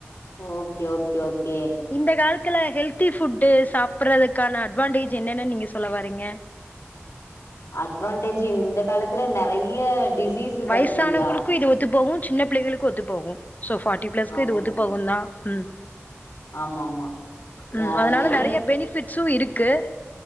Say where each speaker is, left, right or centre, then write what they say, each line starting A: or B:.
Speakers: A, on the left; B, on the left.
A: ஓகே ஓகே ஓகே
B: இந்த காலத்துல்ல ஹெல்தி ஃபுட்டு சாப்பிட்றதுக்கான அட்வான்டேஜ் என்னென்னு நீங்க சொல்ல வரீங்க
A: அட்வான்டேஜ் இந்த காலத்துல நறைய டிசீஸ்
B: வயசானவங்களுக்கும்
A: வருது இல்லையா
B: இது ஒத்து போகும் சின்ன பிள்ளைங்களுக்கு ஒத்து போகும் சோ ஃபார்ட்டி பிளஸ்க்கு
A: ஆமா
B: இது ஒத்து போகும் தான் ம்
A: ஆமா ஆமா
B: ம்
A: ஆ
B: அதனால
A: எனை
B: நறைய பெனிப்ஃபிட் சூ இருக்கு